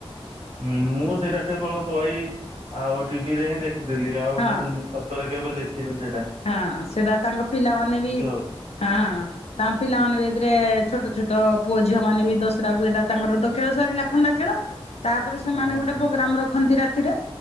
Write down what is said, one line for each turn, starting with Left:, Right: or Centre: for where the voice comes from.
Right: ହୁଁ ମୁଁ ସେଇଟା କେବଳ ବହି ଆଉ ଟିଭିରେ ହିଁ ଦେଖିଥିଲି ଆଉ
Left: ହଁ।
Right: ମୁଁ ସତ୍ ତରେ କେବେ ଦେଖିନି ସେଟା।
Left: ହଁ ସେଇଟା ତାଙ୍କ ପିଲାମାନେ ବି
Right: ଆଉ।
Left: ହଁ ହଁ। ତାଙ୍କ ପିଲାମାନେରେ ଯେତେଳେ ଛୋଟ ଛୋଟ ପୁଅ ଝିଅ ମାନେ ବି ଦଶରାକୁ ଏଇଟା ତାଙ୍କର ଖେଳ ସରିଲା ଖଣ୍ଡା ଖେଳ। ତାପରେ ସେମାନେ
Right: ହଁ
Left: ଗୋଟେ
Right: ହଁ।
Left: ପ୍ରୋଗ୍ରାମ ରଖନ୍ତି ରାତିରେ